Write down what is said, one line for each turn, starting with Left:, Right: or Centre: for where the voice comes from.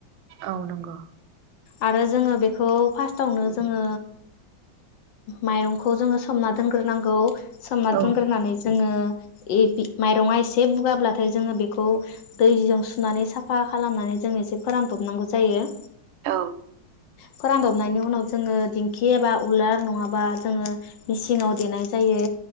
Right: औ नंगौ।
Left: आरो जोङो बेखौ फास्टावनो
Right: उम
Left: जोङो। माइरंखौ जोङो सोमना दोनग्रोनांगौ सोमना
Right: औ
Left: दोनग्रोनानै जोङो <unintelligible> माइरंङा एसे बुगाब्लाथाय जोङो बेखौ दैजों सुनानै साफा खालामनानै जोङो एसे फोरानदबनांगौ जायो
Right: औ
Left: फोरानदबनायनि उनाव जोङो दिं खि एबा उलार नङाबा जोङो मेचिनाव देनाय जायो।